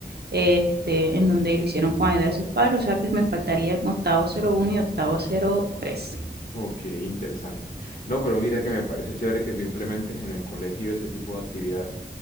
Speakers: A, on the right (about 60°); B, on the left (about 50°).
A: este, en donde lo hicieron con ayuda de sus padres. O sea que me faltarían octavo cero uno y octavo cero tres.
B: Ok, interesante. No, pero mira que me parece chévere que tú implementes en el colegio ese tipo de actividades.